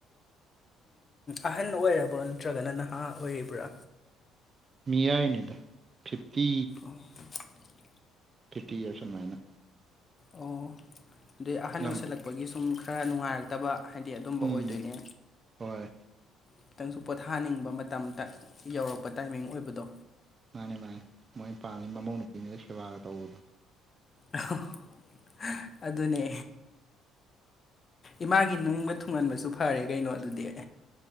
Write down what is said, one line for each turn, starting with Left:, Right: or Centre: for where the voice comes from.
Left: ꯑꯍꯟ ꯑꯣꯏꯔꯕ꯭ꯔꯥ ꯅꯠꯇ꯭ꯔꯒꯅ ꯅꯍꯥ ꯑꯣꯏꯔꯤꯕ꯭ꯔꯥ
Right: ꯃꯤꯌꯥꯏꯅꯤꯗ ꯐꯤꯐꯇꯤ
Left: <inaudible>
Right: ꯐꯤꯇꯤ ꯏꯔꯁꯅꯨꯡꯃꯥꯏꯅ
Left: ꯑꯣ ꯗꯤ ꯑꯍꯟ
Right: ꯌꯥꯝ
Left: ꯑꯣꯏꯁꯜꯂꯛꯄꯒꯤ ꯁꯨꯝ ꯈꯔ ꯅꯨꯡꯉꯥꯏꯔꯛꯇꯕ ꯍꯥꯏꯗꯤ ꯑꯗꯨꯝꯕ
Right: ꯎꯝ
Left: ꯑꯣꯏꯗꯣꯏꯅꯦ
Right: ꯍꯣꯏ
Left: ꯈꯤꯇꯪꯁꯨ ꯄꯣꯊꯥꯅꯤꯡꯕ ꯃꯇꯝꯇ ꯌꯧꯔꯛꯄ ꯇꯥꯏꯃꯤꯡ ꯑꯣꯏꯕꯗꯣ
Right: ꯃꯥꯅꯦ ꯃꯥꯅꯦ ꯃꯣꯏꯅ ꯄꯥꯝꯃꯤꯖꯦ ꯃꯃꯧ ꯅꯨꯄꯤꯅꯒ ꯁꯦꯕꯥꯒ ꯇꯧꯕꯗꯣ꯫
Left: ꯑꯍꯣ ꯍ ꯑꯗꯨꯅꯦ ꯏꯃꯥꯒꯤ ꯅꯤꯡꯕ ꯊꯨꯡꯍꯟꯕꯁꯨ ꯐꯔꯦ ꯀꯩꯅꯣ ꯑꯗꯨꯗꯤ